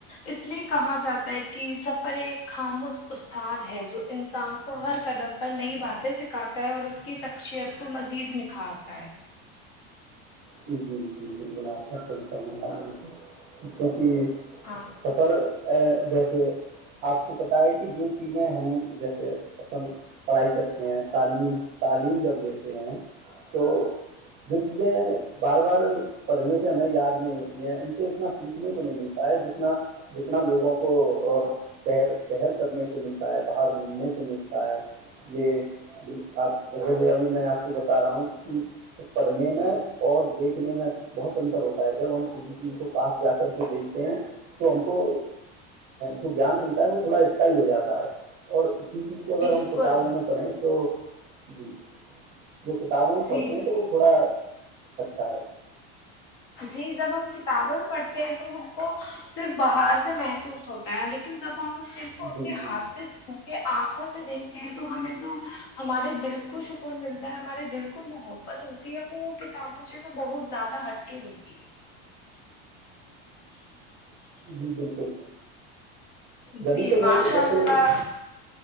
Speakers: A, on the left (about 40°); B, on the right (about 30°).
A: اس لیے کہا جاتا ہے کہ سفر ایک خاموش استاد ہے جو انسان کو ہر قدم پر نئی باتیں سکھاتا ہے اور اس کی شخصیت کو مزید نکھارتا ہے
B: جی جی بالکل آپ کاصل کر بالکل کیک
A: ہاں جی
B: سفر جیسے آپ کو پتا ہے کہ جو چیزیں ہم جیسے اپن پڑھائی کرتے ہیں تعلیم تعلیم جب لیتے ہیں تو جو چیزیں بار بار پڑھنے سے ہمیں یاد نہیں ہوتی ہے ان سے اتنا فیس کو نہیں ملتا ہے جتنا جتنا لوگوں کو اورر پر کرنے سے ملتا ہے باہر گھومنے سے ملتا ہے یہ آپ جیسے ابھی میں آپ کو بتا رہا ہوں کہ پڑھنے میں اور دیکھنے میں بہت انتر ہوتا ہے جب ہم کسی چیز کو پاس جا کر کے دیکھتے ہیں تو ہم کو جو گان ملتا ہے وہ تھوڑا استائی ہو جاتا ہے اور اسی چیز کو اگر
A: بالکل
B: ہم کتابوں میں پڑھیں تو جی جو کتابوں میں پڑھتے
A: جی
B: ہیں تو وہ تھوڑا ہے
A: جی جب ہم کتابیں میں پڑھتے ہیں تو ہم کو صرف باہر سے محسوس ہوتا ہے لیکن جب اس چیز کو اپنے
B: جی جی
A: ہاتھ سے یہ آنکھوں سے دیکھتے ہیں تو ہمیں جو ہمارے دل کو سکون ملتا ہے ہمارے دل کو محبت ہوتی ہے وہ کتابوں سے تو بہت زیادہ ہٹ متی ہے
B: جی بالکل جبھی
A: جی
B: تو
A: ماشاء
B: لوگ جیسے
A: اللہ